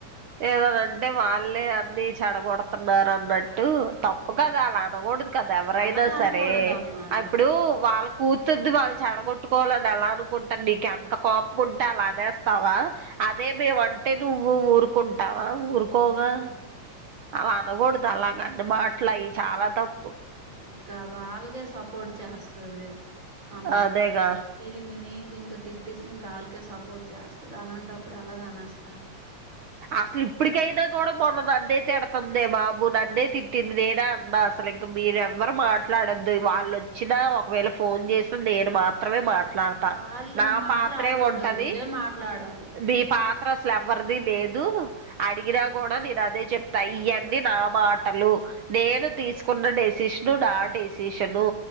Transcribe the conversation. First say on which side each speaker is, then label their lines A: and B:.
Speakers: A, on the right; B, on the right.
A: ఏదనంటే వాళ్ళే అన్ని చెడగొడుతున్నారన్న. టు తప్పు
B: ఉమ్
A: కదా అలా అనాకూడ్దు కదా. ఎవరైనా
B: అలాగ అనకూడదమ్మా
A: సరే అ
B: తప్పు
A: ఇప్పుడు వాళ్ళ కూ తుదూది వాళ్ చెడగొట్టుకోవాలని ఎలా అనుకుంటన్, నీకు ఎంత కోప్ముంటే. అలానేస్ తావా. అదే మేము అంటే నువ్వు ఊరుకుంటావా? ఊరుకోవ్గా.
B: ఉమ్
A: అలా అనకూడుద్ అలా నన్ని మాట్లాయి చాలా తప్పు.
B: ఇంకా వాల్గే సపోర్ట్ చేస్తది. అమ్మ
A: అదేగా
B: తిరిమిని ఇంకా తిట్టేసి ఇంకాళ్ళకే సపోర్ట్ చేస్తది. అలాంటప్పుడు అలాగా అనేస్తారు.
A: అసలు ఇప్పడికైనా గూడా మొన్న నన్నైతిడతందే బాబు, నన్నే తిట్టింది. నేనే అన్న అసల్ ఇంకా మీరేవ్వరు మాట్లాడొద్దు. వాళ్ళోచ్చినా ఒకవేళ ఫోన్ చేసిన్ నేను మాత్రమే, మాట్ ట్లాడ్తా.
B: వాళ్ళు
A: నా
B: ఇంక మాట్లాడకూడదు
A: పాత్రే ఉంటది.
B: నువ్వే మాట్లాడాలి
A: నీ పాత్ ట్రసల్ ఎవరిది లేద్ దు అడిగినా కూడా నేను అదే చెప్తా. ఇయ్యన్నీ నా మాటలు, నేను తీసుకో న్న డెసిస్ను నా డెసిషను.